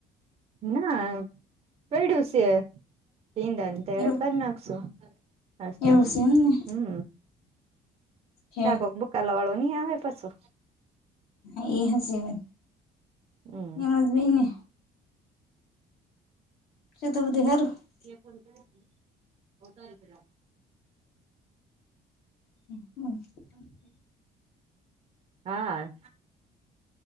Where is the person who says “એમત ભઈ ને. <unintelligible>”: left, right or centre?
Left